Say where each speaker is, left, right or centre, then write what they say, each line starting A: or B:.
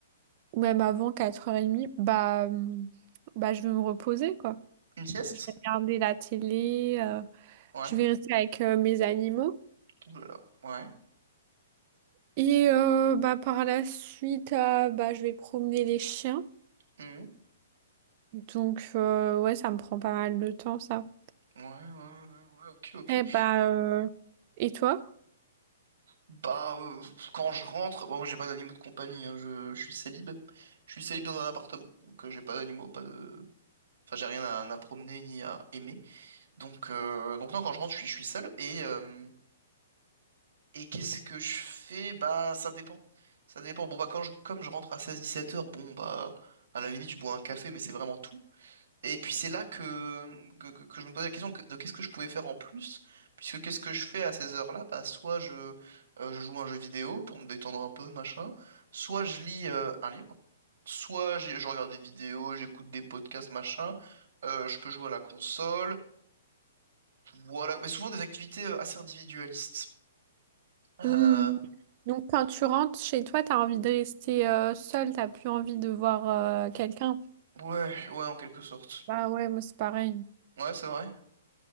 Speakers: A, on the right; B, on the right.
A: ou même avant 4h30, bah, hum, bah je vais me reposer, quoi.
B: Une sieste?
A: Je vais regarder la télé, euh,
B: Ouais.
A: je vais rester avec euh, mes animaux.
B: Ouh là là. Ouais.
A: Et euh, bah, par la suite, euh, bah, je vais promener les chiens.
B: Mhm.
A: Donc, euh, ouais, ça me prend pas mal de temps, ça.
B: Ouais, ouais, ouais, ouais, ok, ok.
A: Et, bah, euh, et toi?
B: Bah, euh, quand je rentre, bon, j'ai pas d'animaux de compagnie, hein, je, je suis célib. Je suis célib dans un appartement, donc euh, j'ai pas d'animaux, pas de... Enfin, j'ai rien à, à promener ni à aimer. Donc, euh, donc non, quand je rentre, je suis, je suis seul. Et, euh, et qu'est-ce que je fais? Bah, ça dépend. Ça dépend. Bon, bah, quand je, comme je rentre à 16-17 heures, bon, bah, à la limite, je bois un café, mais c'est vraiment tout. Et puis c'est là que, que, que- que je me posais la question de qu'est-ce que je pouvais faire en plus, puisque qu'est-ce que je fais à ces heures-là? Bah, soit je, euh, je joue à un jeu vidéo pour me détendre un peu, machin, soit je lis euh, un livre, soit j'ai- je regarde des vidéos, j'écoute des podcasts, machin, euh, je peux jouer à la console, voilà, mais souvent des activités euh, assez individualistes. Euh,
A: Hum, Donc, quand tu rentres chez toi, t'as envie de rester euh, seule, t'as plus envie de voir euh, quelqu'un.
B: ouais, ouais, en quelque sorte.
A: Bah ouais, moi c'est pareil.
B: Ouais, c'est vrai.